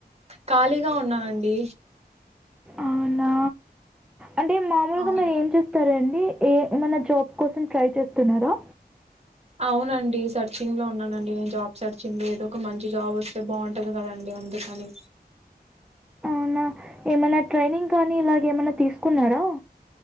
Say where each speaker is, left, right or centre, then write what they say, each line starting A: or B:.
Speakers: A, on the right (about 40°); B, in the centre.
A: ఖాళీగా ఉన్నానండి
B: అవునా అంటే మామూలుగా
A: అవును
B: మీరు ఏం చేస్తారండి ఏ మన జాబ్ కోసం ట్రై చేస్తున్నారా
A: అవునండి సర్చింగ్ లో ఉన్నానండి నేను జాబ్ సర్చింది ఏదో ఒక మంచి జాబ్ వస్తే బాగుంటది కదండి అందుకని
B: ఏమన్నా ఏమైనా ట్రైనింగ్ కానీ ఇలాగ ఏమైనా తీసుకున్నారా